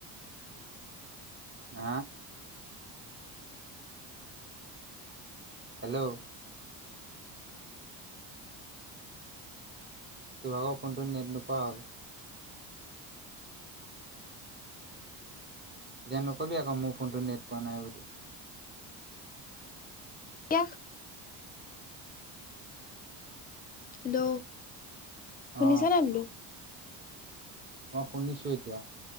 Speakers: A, on the right (about 25°); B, on the left (about 20°).
A: হা হেল্ল' তোভাগৰ ফোনটো নেট নোপোৱা হ'ল এতিয়া নকবি আকৌ মোৰ ফোনটো নেট পোৱা নাই বুলি
B: কিয়া হেল্ল' শুনিছা
A: অ
B: নাই বুলো
A: মই শুনিছো এতিয়া